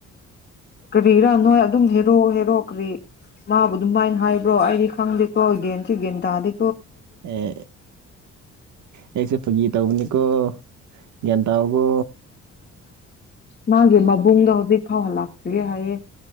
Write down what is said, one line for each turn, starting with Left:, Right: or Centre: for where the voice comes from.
Left: ꯀꯔꯤꯔꯥꯅꯣ ꯑꯗꯨ ꯍꯦꯔꯣ ꯍꯦꯔꯣꯛꯈ꯭ꯔꯤ ꯃꯥꯕꯨ ꯑꯗꯨꯝꯃꯥꯏꯅ ꯍꯥꯏꯕ꯭ꯔꯣ ꯑꯩꯗꯤ ꯈꯪꯗꯦꯀ꯭ꯔꯣ ꯒꯦꯟꯁꯨ ꯒꯦꯟ ꯇꯥꯗꯦ
Right: ꯑꯦ ꯑꯩꯁꯦ ꯐꯥꯒꯤ ꯇꯧꯕꯅꯤꯀꯣ ꯒꯟꯇꯥꯎꯕꯨ
Left: ꯃꯥꯒꯤ ꯃꯕꯨꯡꯗꯣ ꯍꯧꯖꯤꯛ ꯐꯥꯎꯍꯜꯂꯛꯇ꯭ꯔꯤ ꯍꯥꯏꯌꯦ